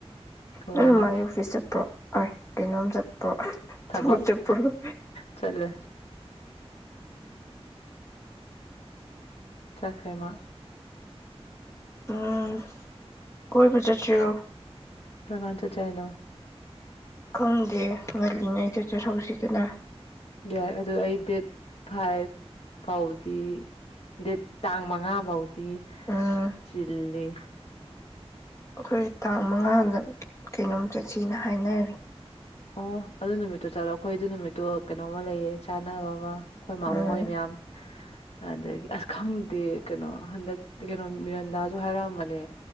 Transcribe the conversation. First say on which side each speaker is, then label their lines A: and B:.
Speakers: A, on the left; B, on the left.
A: ꯀꯃꯥꯏꯅ
B: ꯅꯪ ꯃꯥꯒꯤ ꯑꯣꯐꯤꯁ ꯆꯠꯄ꯭ꯔꯣ ꯑ ꯀꯩꯅꯣꯝ ꯆꯠꯄ꯭ꯔꯣ
A: ꯊꯕ
B: ꯊꯕꯛ ꯆꯠꯄ꯭ꯔꯣ
A: ꯆꯂꯦ ꯆꯈꯥꯏꯃ
B: ꯎꯝ ꯀꯣꯏ ꯃ ꯆꯠꯁꯤꯣ
A: ꯂ꯭ꯔꯀꯥꯟ ꯆ ꯆꯅꯣ
B: ꯈꯪꯗꯦ ꯉꯜꯂꯤꯉꯩꯗ ꯆꯠꯍꯧꯁꯤꯗꯅ
A: ꯌꯥꯏ ꯑꯗꯨꯗ ꯑꯩ ꯗꯦꯠ ꯐꯥꯏꯚ ꯐꯥꯎꯗꯤ ꯗꯦꯠ ꯇꯥꯡ ꯃꯉꯥ ꯐꯥꯎꯗꯤ
B: ꯎꯝ
A: ꯆꯤꯜꯂꯤ
B: ꯑꯩꯈꯣꯏ ꯇꯥꯡ ꯃꯉꯥꯗ ꯀꯩꯅꯣꯝ ꯆꯠꯁꯤꯅ ꯍꯥꯏꯅꯔꯤ
A: ꯑꯣ ꯑꯗꯨ ꯅꯨꯃꯤꯠꯇꯣ ꯆꯠꯂꯣ ꯑꯩꯈꯣꯏ ꯑꯗꯨ ꯅꯨꯃꯤꯠꯇꯣ ꯀꯩꯅꯣꯝꯃ ꯂꯩꯌꯦ ꯆꯥꯅꯕ ꯑꯃ ꯑꯩꯈꯣꯏ ꯃꯥꯃꯣ
B: ꯎꯝ
A: ꯍꯣꯏ ꯃꯌꯥꯝ ꯑꯗꯒꯤ ꯑꯁ ꯈꯪꯗꯦ ꯀꯩꯅꯣ ꯍꯟꯗꯛꯇ ꯀꯩꯅꯣ ꯃꯤꯔꯟꯗꯥꯁꯨ ꯍꯥꯏꯔꯛꯑꯃꯅꯦ